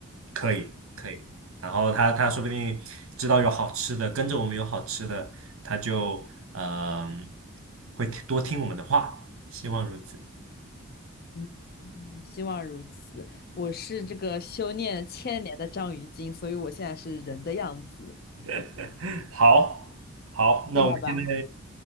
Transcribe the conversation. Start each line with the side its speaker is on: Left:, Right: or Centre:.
Right: 可以可以，然后他他说不定知道有好吃的，跟着我们有好吃的，他就嗯、会听多听我们的话，希望如此。
Left: 嗯，希望如此。我是这个修炼千年的章鱼精，所以我现在是人的样子，
Right: <laughs> 好，好，
Left: 厉害吧？
Right: 那我们现在